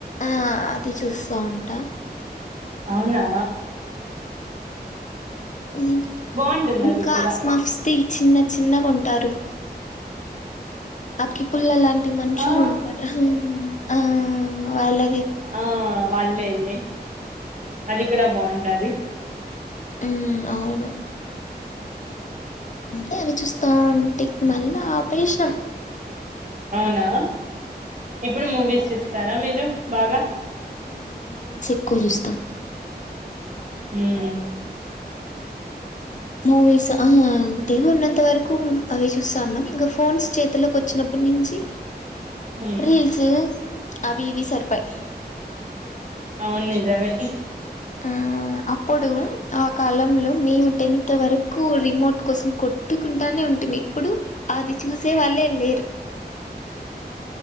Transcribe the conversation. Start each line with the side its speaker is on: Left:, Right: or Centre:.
Left: ఆ అది చూస్తా ఉంటా
Right: అవునా
Left: అ
Right: బాగుంటుంది అది
Left: కా
Right: కూడా
Left: మా <unintelligible> చిన్న చిన్నగా ఉంటారు అగ్గి పుల్లలా మనుషులు
Right: ఆ
Left: ఉంటారు ఆ వాళ్లు
Right: ఆ వాళ్ళే అండి అది కూడా బాగుంటాది
Left: మ్మ్ అవును అంటే అవి చూస్తా ఉంటే మళ్ళా ఆపేసినం
Right: అవునా ఇప్పుడు మూవీస్ చూస్తారా మీరు బాగా
Left: ఆ మూవీస్ ఎక్కువ చూస్తాం
Right: మ్మ్ హ్హ్
Left: మూవిస్ ఆ హా ఉన్నంత వరకు అవి చూస్తా ఉన్నాం ఇంకా ఫోన్స్ చేతిలోకి వచ్చినప్పటి నుంచి
Right: మ్మ్
Left: రీల్స్ అవి ఇవి సరిపాయే
Right: అవును నిజమే
Left: మ్మ్ అప్పుడు ఆ కాలంలో మేము టెన్త్ వరకు రిమోట్ కోసం కొట్టుకుంటానే ఉంటుమీ ఇప్పుడు అది చూసే వాళ్ళే లేరు